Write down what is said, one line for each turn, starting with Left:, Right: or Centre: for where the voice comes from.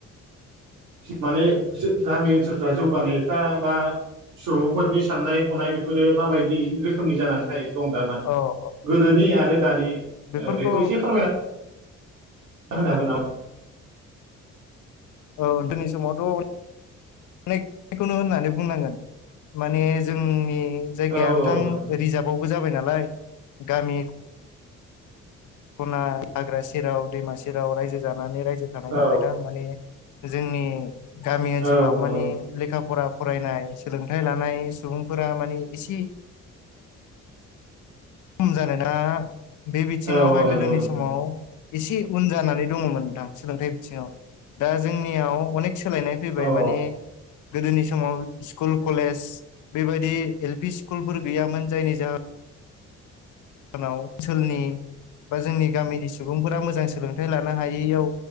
Right: माने गामि ओनसोलफ्रा जौगानायफ्रा बा सुबुंफोरनि साननाय हनाय बेफोरो माबायदि रोखोमनि जानानै दं दामानि
Left: औ औ
Right: गोदोनि आरो दानि
Left: बेफोरखौ
Right: औ बेखौ एसे फोरमायनानै होनो हागोन नामा?
Left: औ जोंनि समावथ' अनेखखौनो होननानै बुंनांगोन माने जोंनि जायगाया
Right: हागोन
Left: नोंथां
Right: नामा
Left: रिजार्भआवबो जाबाय नालाय गामि खना हाग्रा सेराव दैमा सेराव रायजो जानानै रायजो थानाय
Right: औ
Left: नालाय थां माने जोंनि गामि ओनसोलाव
Right: औ नंगौ
Left: मानि लेखा फरा फरायनाय सोलोंथाइ लानाय सुबुंफोरा माने एसे खम जानाय ना बे बिथिङावहाय
Right: औ औ नंगौ
Left: गोदोनि
Right: नंगौ
Left: समाव एसे उन जानानै दङमोन दां सोलोंथाइ बिथिङाव दा जोंनियाव अनेक सोलायनाय फैबाय
Right: औ नंगौ नोंथां औ
Left: माने गोदोनि समाव स्कुल कलेज बेबायदि एल पि स्कुलफोर गैयामोन जायनि जाहोन ओनसोलनि बा जोंनि गामिनि सुबुंफोरा मोजां सोलोंथाइ लानो हायैयाव